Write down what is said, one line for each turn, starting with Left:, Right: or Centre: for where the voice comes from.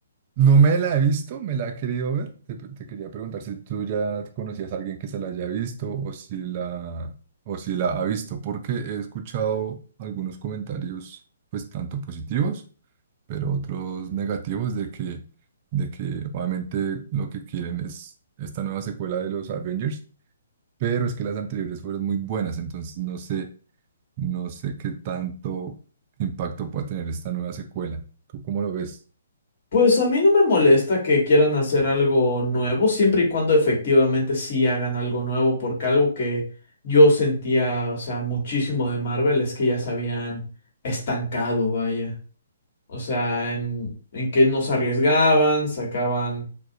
Right: No me la he visto, me la he querido ver. Te, te quería preguntar si tú ya conocías a alguien que se la haya visto o si la, o si la ha visto, porque he escuchado algunos comentarios, pues tanto positivos, pero otros negativos de que, de que obviamente lo que quieren es esta nueva secuela de los Avengers, pero es que las anteriores fueron muy buenas, entonces no sé, no sé qué tanto impacto pueda tener esta nueva secuela. ¿Tú cómo lo ves?
Left: Pues a mí no me molesta que quieran hacer algo nuevo, siempre y cuando efectivamente sí hagan algo nuevo, porque algo que yo sentía, o sea, muchísimo de Marvel es que ya se habían estancado, vaya. O sea, en, en que no se arriesgaban, sacaban